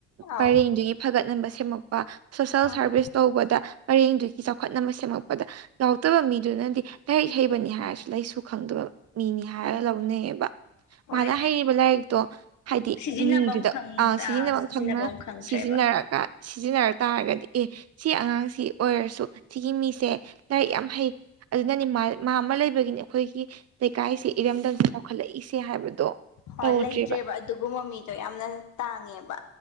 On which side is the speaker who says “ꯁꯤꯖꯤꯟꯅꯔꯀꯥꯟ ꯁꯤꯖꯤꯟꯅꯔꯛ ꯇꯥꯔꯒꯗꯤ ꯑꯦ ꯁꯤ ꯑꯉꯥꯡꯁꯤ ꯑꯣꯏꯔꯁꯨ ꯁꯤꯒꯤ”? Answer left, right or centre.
Right